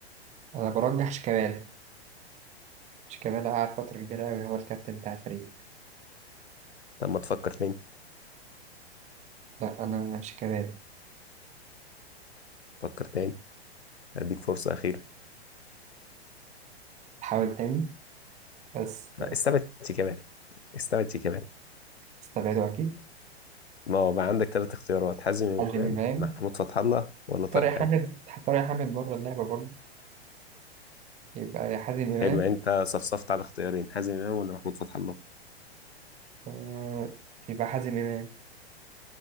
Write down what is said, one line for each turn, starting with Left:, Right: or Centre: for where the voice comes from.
Right: أنا برجح شيكابالا شيكابالا قعد فترة كبيرة أوي هو الكابتن بتاع الفريق
Left: طب ما تفكر تاني
Right: لا أنا شيكابالا
Left: فكر تاني هديك فرصة أخيرة
Right: حاول تاني بس
Left: آه، استبعد شيكابالا استبعد شيكابالا
Right: استبعده أكيد
Left: ما هو بقى عندك ثلاث اختيارات حازم
Right: حازم
Left: امام
Right: إمام
Left: محمود فتح الله ولا طارق
Right: طارق
Left: حامد
Right: حامد طارق حامد بره اللعبة برضه يبقى يا حازم إمام
Left: حلو انت صفصفت على اختيارين حازم امام ولا محمود فتح الله
Right: آه، يبقى حازم إمام